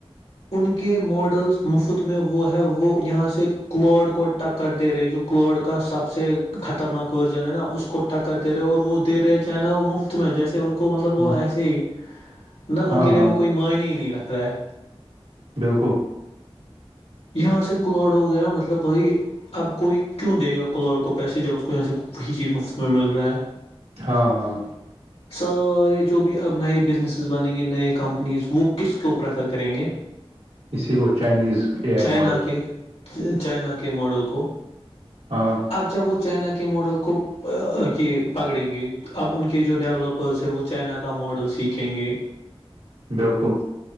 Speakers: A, on the left (about 75°); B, on the right (about 70°).
A: ان کے ماڈلز مفت میں وہ ہے وہ یہاں سے کلڈ کو ٹک کر دے رہے جو کوڈ کا سب سے خطرناک ورجن ہے نا اس کو ٹکر دے رہے اور وہ دے رہے چاہناا وہ مفت میں جیسے ان کو مطلب
B: ہ
A: وہ ایسے ہی نہ ان
B: ہاں
A: کے لیے
B: ہاں
A: وہ کوئی معنی ہی نہیں رکھ رہا ہے
B: بالکل
A: یہاں سے کلوڈ ہو گیا مطلب بھائی اب کوئی کیوں دے گا کلوور کو پیسے جب اس کو یہاں سے وہی چیز مفت میں مل رہا ہے
B: ہاں ہاں
A: سارے جو بھی اب نئے بزنسز بنیں گے نئے کمپنیز وہ کس کو پریفر کریں گے
B: اسی کو Chinese A I
A: China
B: models
A: کے
B: کو
A: چائنا کے ماڈل کو
B: ہاں
A: اب جب وہ چائنا کے ماڈل کو یہ پکڑیں گے اب ان کے جو ڈیولپرس ہیں وہ چائنا کا ماڈل سیکھیں گے
B: بالکل